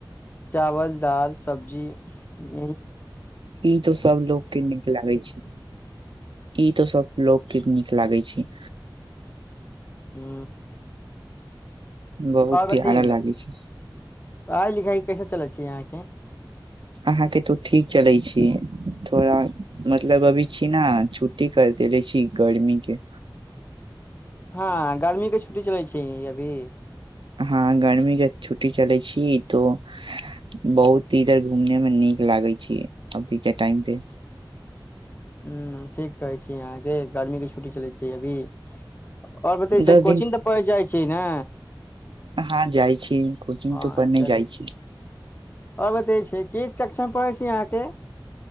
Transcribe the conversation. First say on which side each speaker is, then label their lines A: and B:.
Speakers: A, on the left; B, on the right.
A: चावल दाल सब्जी घी
B: ई तो सब लोकके नीक लागै छै ई तो सब लोकके नीक लागै छै
A: हू
B: बहुत
A: आओर बत
B: प्यारा
A: ने
B: लागे छै
A: पढ़ाइ लिखाइ कैसे चलै छैै अहाँके
B: अहाँके तो ठीक चलै छी थोड़ा मतलब अभी छी ना छुट्टी कर देले छी गर्मीके
A: हँ गर्मी के छुट्टी चलै छै अभी
B: हँ गर्मीके छुट्टी चलै छी तो बहुत इधर घूमने मे नीक लागै छै अभी के टाइम पे
A: ह ठीक कहय छी की अहाँके गर्मीके छुट्टी छुट्टी चलै छै अभी आओर बते
B: दस
A: छै कोचिंग तऽ पढ़ जाइ छै ने
B: हँ जाइ छी कोचिंग
A: हँ
B: तऽ पर नहि
A: चलै
B: जाइ छी
A: और बतै किस कक्षा पढ़ै छी अहाँ के